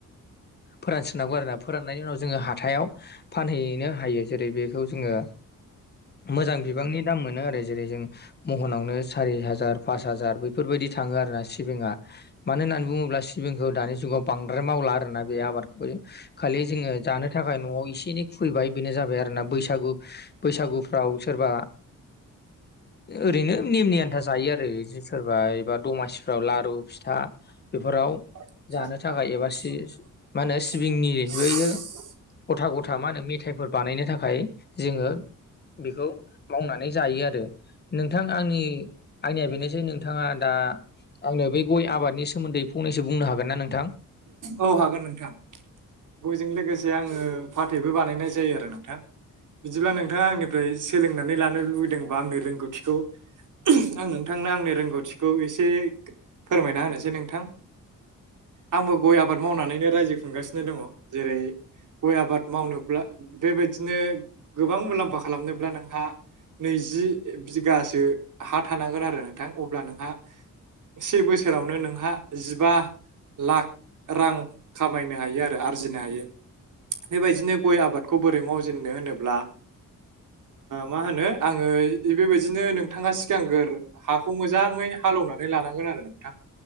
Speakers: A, on the left (about 30°); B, on the right (about 70°).
A: फोरानसननांगौ आरोना फोराननायनि उनाव जोङो हाथायाव फानहैनो हायो जेरै बेखौ जोङो मोजां बिबांनि दाम मोनो आरो जेरै जों महनावनो सारि हाजार पास हाजार बैफोरबायदि थाङो आरोना सिबिंआ मानो होननानै बुङोब्ला सिबिखौ दानि जुगाव बांद्राय मावला आरोना बे आबादखौ खालि जोङो जानो थाखाय न'आव इसे एनै खुबैबाय बेनो जाबाय आरो ना बैसागु बैसागुफ्राव सोरबा ओरैनो नेमनि आन्था जायो आरो सोरबा एबा दमासिफ्राव लारु फिथा बेफोराव
B: <unintelligible>
A: जानो थाखाय एबा सि मा होनो सिबिंनि बैयो गथा गथा मा होन मेथाइ बानायनो थाखाय जोङो बेखौ मावनानै जायो आरो नोंथां आंनि आंनिया बेनोसै नोंथाङा दा आंनो बे गय आबादनि सोमोन्दै फंनैसो बुंनो हागोन ना नोंथां
B: औ हागोन नोंथां गयजों लोगोसे आङो फाथैबो बानायनाय जायो आरो नोंथां बिदिब्ला नोंथाङा आंनिफ्राय सोलोंनानै लानो लुबैदोंबा आंनि रोंगौथिखौ आं नोंथांनो आंनि रोंगौथिखौ एसे फोरमायना होनोसै नोंथां आंबो गय आबाद मावनानैनो रायजो खुंगासिनो दङ जेरै गय आबाद मावनोब्ला बेबायदिनो गोबां मुलाम्फा खालामनोब्ला नोंहा नैजि बिगासो हा थानांगोन आरो नोंथां अब्ला नोंहा से बोसोरावनो नोंहा जिबा लाख रां खामायनो हायो आरो आरजिनो हायो बेबायदिनो गय आबादखौ बोरै मावो जोननो होनोब्ला मा होनो आङो बेबायदिनो नोंथाङा सिगांग्रो हाखौ मोजाङै हालेवनानै लानांगोन आरो नोंथां